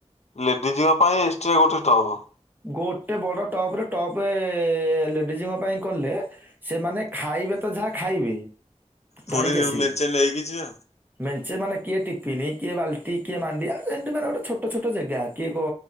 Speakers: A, on the left; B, on the right.
A: ଲେଡିଜଙ୍କ ପାଇଁ ଏକ୍ସଟ୍ରା ଗୋଟେ ଟଵ।
B: ଗୋଟେ ବଡ ଟପରେ ଟପେ ଲେଡିଜଙ୍କ ପାଇଁ କ କଲେ ସେମାନେ ଖାଇବେ ତ ଯାହା ଖାଇବେ
A: ପୁଣି
B: ଧରିକି ଆସିବେ।
A: ମେଞ୍ଚେ ନେଇକି ଯିବେ।
B: ମେଞ୍ଚେ ମାନେ କିଏ ଟିଫିନି କିଏ ବାଲ୍ଟି କିଏ ମଣ୍ଡିଆ ଏମିତି ମାନେ ଗୋଟେ ଛୋଟ ଛୋଟ ଜେଗା କିଏ ଗ